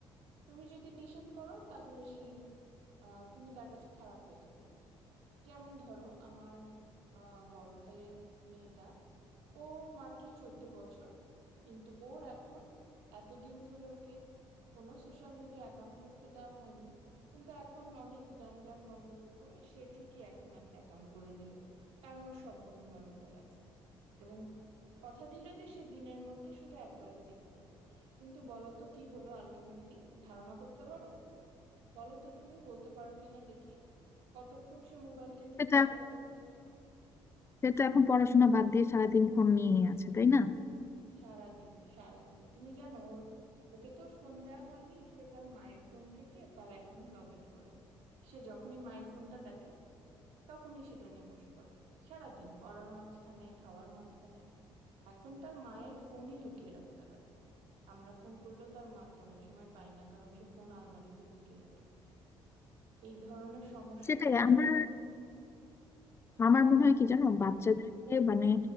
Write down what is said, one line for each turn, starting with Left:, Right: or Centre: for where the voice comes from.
Right: তুমি যদি নিষেধ করো তাহলে সেই আহ, তুমি তার কাছে খারাপ হয়ে যাবে যেমন ধরো আমার আহ, বড় ভাইয়ের মেয়েটা ও মাত্র চোদ্দ বছর কিন্তু ওর এখন এতদিন ধরে ওকে কোনো সোশ্যাল মিডিয়া অ্যাকাউন্ট করতে দেওয়া হয়নি কিন্তু এখন অনেক গ্যাঞ্জাম গন্ডগোল করে সে ঠিকই এখন একটা অ্যাকাউন্ট করে নিল কারণ ওর সব বন্ধু বান্ধবের আছে এবং কথা দিল যে সে দিনের মধ্যে শুধু একবারই চেক করবে কিন্তু বলো তো কি হলো আলটিমেটলি ধারণা করতে পারো বলো তো তুমি বলতে পারো কিনা দেখি কতক্ষণ সে মোবাইলটা নিয়ে
Left: সেটা
Right: বসে বলো দেখি
Left: সেটা এখন পড়াশোনা বাদ দিয়ে সারাদিন ফোন নিয়ে আছে তাই না
Right: সারাদিন সারাদিন তুমি জানো ওর ওকে তো ফোন দেওয়া হয়নি সে তার মায়ের ফোন থেকে তার অ্যাকাউন্ট লগ ইন করে সে যখনই মায়ের ফোনটা দেখে তখনই সেটা নিয়ে বসে পড়ে সারাদিন পড়ার মাঝখানে খাওয়ার মাঝখানে এখন তার মায়ের ফোনই লুকিয়ে রাখতে হয় আমরা ফোন করলেও তার মাকে অনেক সময় পাই না কারণ সে ফোন আলমারিতে লুকিয়ে রাখে এই ধরনের সমস্যা
Left: সেটাই
Right: থেকে
Left: আমার
Right: যে কি হুম
Left: আমার মনে হয় কি জানো বাচ্চাদেরকে মানে